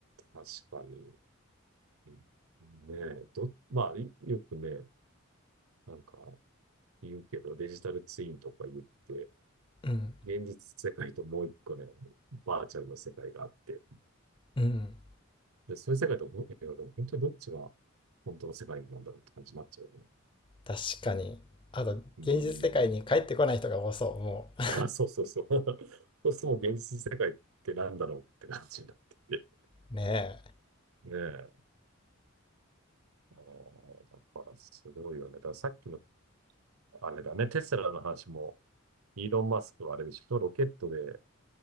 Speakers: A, on the right; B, on the left.
A: 確かに。うんねえ、ど、まあ、いよくね、なんか言うけど、デジタルツインとか言って、
B: うん。
A: 現実世界ともう一個ね、バーチャルの世界があって、
B: うん。
A: で、そういう世界とほ、いやでも本当にどっちが本当の世界なんだろうって感じになっちゃうよね。
B: 確かに。あと、
A: うん。
B: 現実世界に帰ってこない人が多そう、もう。
A: あ、そうそうそう。<laughs> そうするともう現実世界ってなんだろうって感じになってて。
B: <laughs> ね
A: ねえ。あーだからすごいよね。だからさっきのあれだね、テスラの話も、イーロン・マスクはあれでしょ、ロケットで